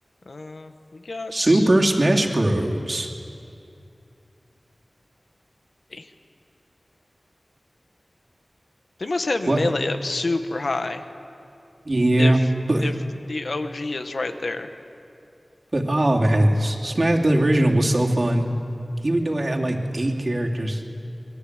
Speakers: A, on the left; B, on the right.
A: Uh, we got.
B: Super Smash Bros.
A: They must have melee
B: What?
A: up super high
B: Yeah,
A: if
B: but
A: if the OG is right there.
B: but oh man, S- Smash the original was so fun, even though it had like eight characters,